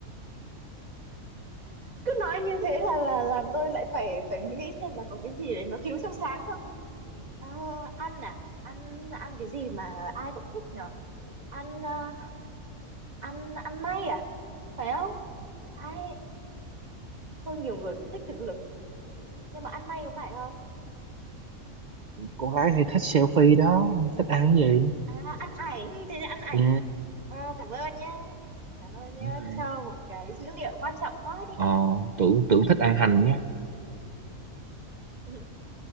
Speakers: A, on the right; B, on the right.
A: cứ nói như thế là là làm tôi lại phải phải nghĩ xem là có cái gì đấy nó thiếu trong sáng không à, ăn à ăn ăn cái gì mà ai cũng thích nhở ăn à, ăn ăn may à phải không ai thôi nhiều người cũng thích thực lực nhưng mà ăn may có phải không
B: con gái hay thích selfie đó thích ăn cái gì
A: À ăn ảnh, thế thì ăn ảnh.
B: ừ
A: Ờ, cảm ơn nhá. Cảm ơn nhá,
B: đúng rồi.
A: cho một cái dữ liệu quan trọng quá đi.
B: ờ tưởng tưởng thích ăn hành nhé
A: <laughs>